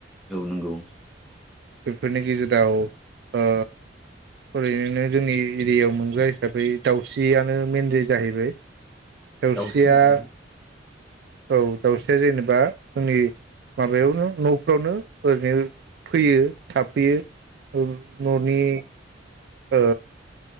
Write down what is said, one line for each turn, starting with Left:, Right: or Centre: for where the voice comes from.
Centre: औ नोंगौ।
Right: बेफोरनि गेजेराव ओ ओरैनो जोंनि एरियायाव मोनग्रा हिसाबै दाउस्रियानो मेनलि जाहैबाय। दावस्रिया
Centre: दाउस्रि मोनो
Right: औ दाउस्रिया जेनेबा जोंनि माबायावनो नफ्रावनो ओरैनो फैयो थाफैयो। औ ननि ओ।